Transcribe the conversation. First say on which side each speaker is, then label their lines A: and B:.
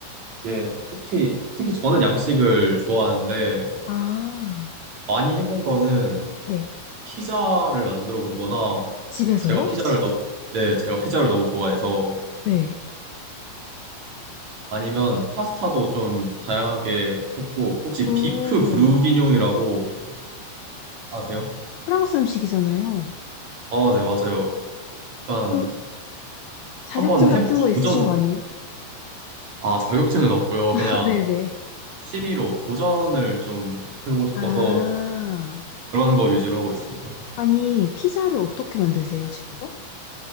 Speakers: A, on the right; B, on the left.
A: 예, 특히 특히 저는 양식을 좋아하는데
B: 아,
A: 많이 해본 거는
B: 네.
A: 피자를 만들어 보거나
B: 집에서요?
A: 제가 피자를 너무 네, 제가 피자를 너무 좋아해서
B: 네.
A: 아니면 파스타도 좀 다양하게 했고 혹시
B: 오,
A: 비프 브루기뇽이라고 아세요?
B: 프랑스 음식이잖아요.
A: 아, 네, 맞아요. 약간
B: 그, 자격증
A: 한번
B: 같은
A: 해보
B: 거 있으신
A: 도전
B: 거 아니에요?
A: 아, 자격증은 없고요.
B: <laughs>
A: 그냥
B: 네네.
A: 취미로 도전을 좀 해보고 싶어서
B: 아,
A: 그런 거 위주로 하고 있습니다.
B: 아니, 피자를 어떻게 만드세요, 집에서?